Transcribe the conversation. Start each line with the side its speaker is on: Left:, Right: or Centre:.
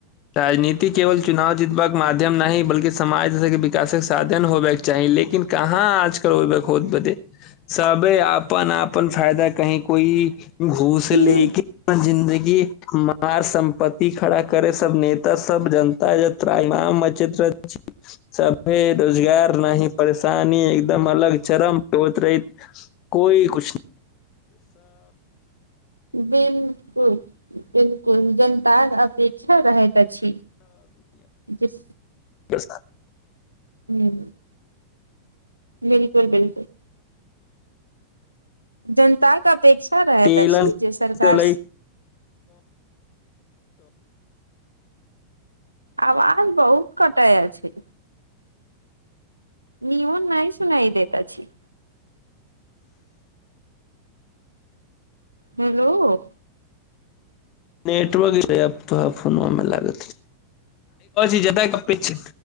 Left: राजनीति केवल चुनाव जीतबाक माध्यम नहि बल्ि समाज जसे विकासक साधन होब चाही लेकिन कहाँ आजकल ओइ में खोद बदे सबे अपन अपन फायदा कही कोई घूस लेके
Right: हूं
Left: जिन्दगी मार सम्पत्ति खड़ा करे सब नेता सब जनता ाामच्र छी सब हे रोजगार न परेशानी एकदम अलग चरम प होतरेत कोइ किछ
Right: बिल्कुल बिल्कुल जनता अपेक्षा रहैत अछि जिस
Left: रस
Right: हं बिलकुल बिलकुल जनताके अपेक्षा रहैत
Left: तेलन
Right: अछि जे सरकार
Left: चलै
Right: आवाज बहुत कटाए छय न ओन नइ सुनाई देता छी हेलो
Left: नेटवर्क तो फो लाग छै